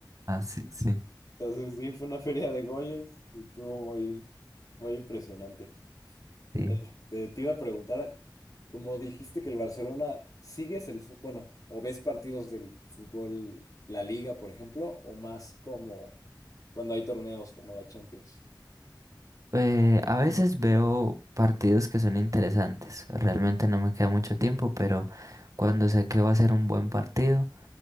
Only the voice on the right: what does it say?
Ah, sí, sí.
Sí.
Eh, a veces veo partidos que son interesantes. Realmente no me queda mucho tiempo, pero cuando sé que va a ser un buen partido.